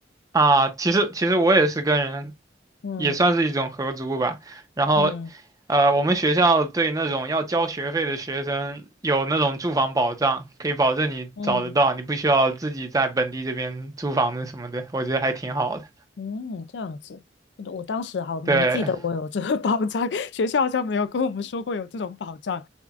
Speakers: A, on the right; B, on the left.
A: 啊，其实其实我也是跟人，
B: 嗯
A: 也算是一种合租吧。然后，
B: 嗯
A: 呃，我们学校对那种要交学费的学生有那种住房保障，可以保证你找得到，
B: 嗯
A: 你不需要自己在本地这边租房子什么的，我觉得还挺好的。
B: 嗯，这样子，我我当时好没记得我有这个
A: 对
B: <laughs> 保障，<laughs> 学校好像没有跟我们说过有这种保障。